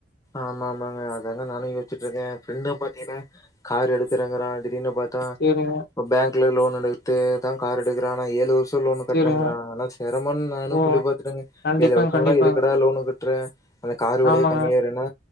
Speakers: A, on the left; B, on the left.
A: ஆமா ஆமாங்க அதாங்க நானு யோசிச்சிட்டு இருக்கே எ ஃப்ரெண்ட் பாத்தீங்கன்னா கார் எடுக்கிறங்றா திடீனு பாத் தா
B: சேரிங்க
A: இப்ப பேங்க்ல லோன் எடுத்து தா கார் எடுக்குறா ஆனா ஏழு வரு ஷோ லோன் கட்டுறங்றா
B: சேரிங்க
A: அதெல்லா செரமம்னு நானு
B: ஓ
A: சொல்லி பாத்துட்டங்க
B: கண்டிப்பாங்க
A: ஏழு வருசம்லா
B: கண்டிப்பாங்க
A: எதுக்குடா லோனு கட்ற அந்த கார் வெலையே
B: ஆமாங்க
A: கம் மியாயிருனா